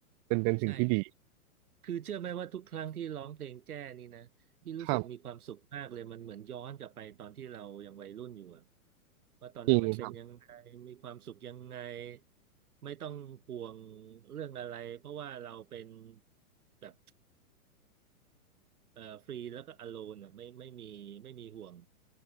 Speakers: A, on the right; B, on the right.
A: เป็นเป็นสิ่งที่ดี
B: ใช่ คือเชื่อไหมว่าทุกครั้งที่ร้องเพลงแจ้นี่นะที่รู้สึกมีความสุขมากเลยมันเหมือนย้อนกลับไปตอนที่เรายังวัยรุ่นอยู่อะ
A: ครับ
B: ว่าตอนนั้นมันเป็นยังไงมีความสุขยังไง
A: จริงครับ
B: ไม่ต้องห่วงเรื่องอะไรเพราะว่าเราเป็นแบบเอ่อฟรีแล้วก็อโลนอะไม่ไม่มีไม่มีห่วง